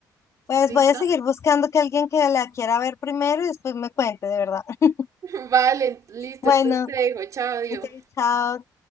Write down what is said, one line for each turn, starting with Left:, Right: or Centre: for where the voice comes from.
Left: Pues
Right: ¿Listo?
Left: voy a seguir buscando que alguien que la quiera ver primero y después me cuente, de verdad. <laughs>
Right: <laughs> Vale, listo,
Left: Bueno,
Right: entonces te dejo, chao, adiós.
Left: ok, chao.